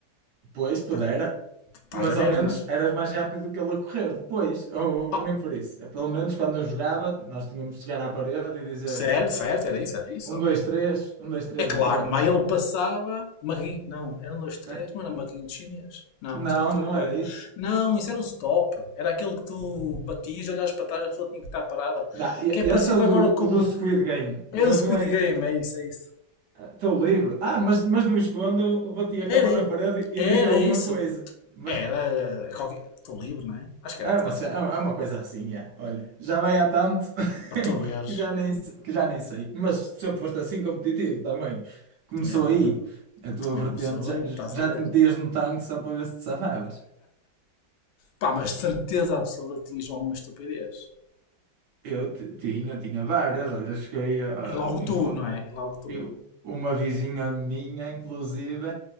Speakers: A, on the right; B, on the left.
A: Pois, pudera.
B: Pá, Estás
A: Mas
B: a
A: ao
B: ver,
A: menos
B: não é?
A: eras mais rápido que ele a correr depois. Ou,
B: Oh,
A: ou nem por isso. É, Pelo menos quando eu jogava, nós tínhamos de chegar à parede e dizer
B: certo, certo, era isso, era isso.
A: um, dois, três. Um, dois, três,
B: É claro,
A: o quê?
B: mas ele passava. Maquin... Não, era um, dois, três.
A: Eh,
B: Não era maquinho de chinês. Não,
A: Não,
B: isso era outra
A: não
B: coisa.
A: era isso.
B: Não, isso era o stop. Era aquele que tu batias, olhavas para trás, a pessoa tinha que estar parada.
A: Não, e-
B: Que é parecido
A: e esse é o do,
B: agora com
A: o do
B: o.
A: Squid Game,
B: É
A: mas
B: do Squid
A: não é.
B: Game, é isso, é isso.
A: Estou livre. Ah, mas, mas não escondo, eu batia
B: Era,
A: com a mão
B: i-
A: na parede
B: era
A: e dizia alguma
B: isso.
A: coisa. Mas
B: Era. eh, Qualquer... Estou livre, não é? Acho que era
A: é
B: Estou
A: uma, ce-
B: livre.
A: é uma é uma coisa assim, é. Olha, já vai há tanto
B: Para
A: <laughs>
B: tu veres.
A: que já nem, se- que já nem sei. Mas sempre foste assim competitivo também. Começou
B: Também é verdade.
A: aí a tua
B: Também
A: vertente,
B: começou
A: já,
B: e estás
A: já
B: a ver.
A: te metias no tanque só para ver se te safavas.
B: Pá, mas de certeza absoluta tinhas alguma estupidez.
A: Eu ti- tinha, tinha várias, olha, cheguei a,
B: E logo
A: inclu-
B: tu, não é? E logo tu.
A: eu- uma vizinha minha, inclusive,